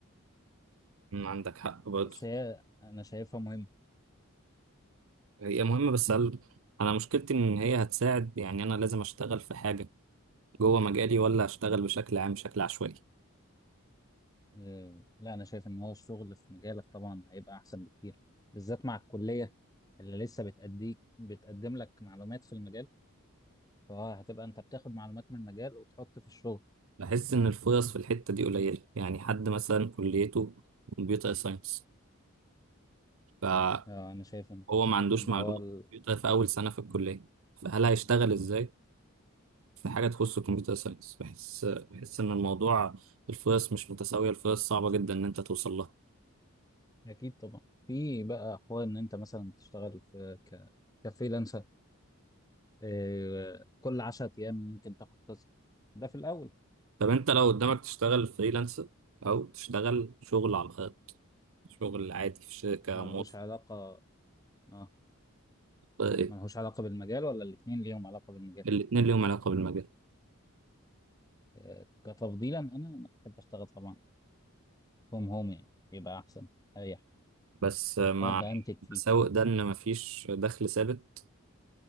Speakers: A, on the right; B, on the left.
A: مم، عندك حق برضه
B: بس هي أنا شايفها مهمة
A: هي مهمة بس هل انا مشكلتي ان هي هتساعد يعني انا لازم اشتغل في حاجة جوه مجالي ولا اشتغل بشكل عام بشكل عشوائي
B: آه، لا انا شايف ان هو الشغل في مجالك طبعا هيبقى احسن بكتير بالذات مع الكليه اللي لسه بتأديك بتقدم لك معلومات في المجال فهتبقى انت بتاخد معلومات من المجال وتحط في الشغل
A: بحس ان الفرص في الحتة دي قليلة يعني حد مثلا كليته كمبيوتر ساينس فهو
B: آه، انا شايف ان
A: ما عندوش
B: ان
A: معلومة
B: هو ال...
A: كمبيوتر في اول سنة في الكلية فهل هيشتغل ازاي في حاجة تخص الكمبيوتر ساينس بحس بحس إن الموضوع الفرص مش متساوية الفرص صعبة جدا إن أنت توصل لها
B: اكيد طبعا في بقى حوار ان انت مثلا تشتغل في ك... كفريلانسر آه، كل 10 ايام ممكن تاخد تاسك ده في الاول
A: طب أنت لو قدامك تشتغل فريلانس أو تشتغل شغل على الخط شغل عادي في شركة
B: ملهوش
A: موظف
B: علاقه اه
A: إيه
B: ملهوش علاقه بالمجال ولا الاتنين ليهم علاقه بالمجال
A: الاتنين ليهم علاقة بالمجال
B: آه، كتفضيلا انا انا بحب اشتغل طبعا هوم هوم يعني يبقى احسن اريح
A: بس مع
B: اه ده انتك فيه
A: المساوئ ده إن مفيش دخل ثابت